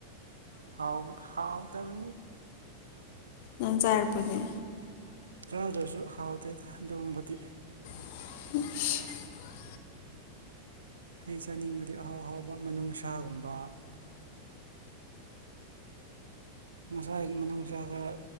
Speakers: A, on the right; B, on the left.
A: ꯍꯥꯎ ꯍꯥꯎ ꯇꯕ
B: ꯅꯪ ꯆꯥꯔꯄꯅꯦ
A: ꯆꯥꯗ꯭ꯔꯁꯨ ꯍꯥꯎꯇꯦ ꯑꯗꯨꯒꯕꯗꯤ
B: <unintelligible> <inaudible>
A: ꯑꯩ ꯆꯥꯅꯤꯡꯕꯗꯤ ꯑꯍꯥꯎ ꯑꯍꯥꯎꯕ ꯅꯨꯡꯁꯥꯒꯨꯝꯕ ꯃꯁꯥꯒꯤ ꯃꯅꯨꯡꯁꯥ ꯈꯔ